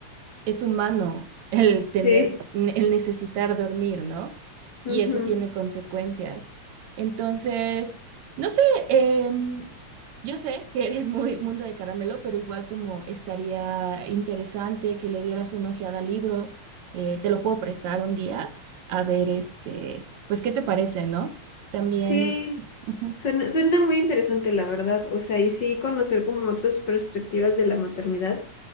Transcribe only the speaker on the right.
es humano el tener,
el necesitar dormir, ¿no?
Y eso tiene consecuencias. Entonces, no sé, em, yo sé que eres muy mundo de caramelo, pero igual como estaría interesante que le dieras una ojeada al libro, eh, te lo puedo prestar un día, a ver, este, pues, ¿qué te parece, no? También...
ujú.